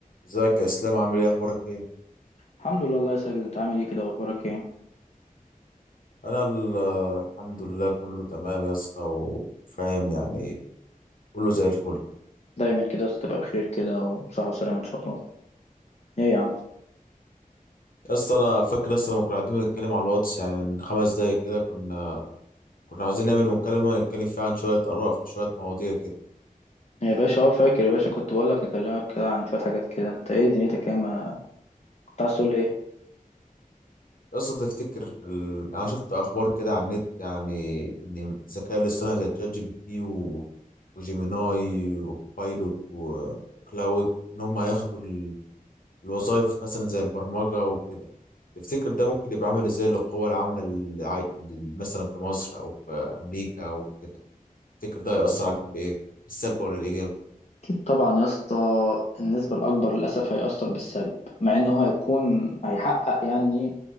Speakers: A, on the left; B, on the left.
A: ازيك يا اسلام عامل ايه اخبارك ايه
B: الحمد لله الله يسجد انت عامل ايه كده واخبارك ايه
A: انا ال- الحمد لله كله تمام يا اسطى وفاهم يعني كله زي الفل
B: دايما كده تبقى بخير كده وصحة وسلامة ان شاء الله ايه يا عم
A: يا اسطى انا فاكر يا اسطى لما كنا قاعدين بنتكلم على الواتس يعني من خمس دقايق كده كنا كنا عاوزين نعمل مكالمه نتكلم فيها عن شويه اراء في شويه مواضيع كده
B: ايه يا باشا اه فاكر يا باشا كنت بقول لك نكلمك كده عن شوية حاجات كده انت ايه دنيتك ايه ما كنت عايز تقول لي ايه
A: يا اسطى تفتكر ال... انا شفت اخبار كده على النت يعني ان الذكاء الاصطناعي زي تشات جي بي تي و... وجيميناي وكوبايلوت و... وكلاود ان هم هياخدوا الوظائف مثلا زي البرمجة وكده تفتكر ده ممكن يبقى عامل ازاي للقوى العاملة للع- لل- مثلا في مصر أو في أمريكا أو كده تفتكر ده هيأثر عليهم بإيه؟ بالسلب ولا الإيجاب؟
B: اكيد طبعا يا اسطى النسبة الاكبر للاسف هيأثر بالسلب مع ان هو هيكون هيحقق يعني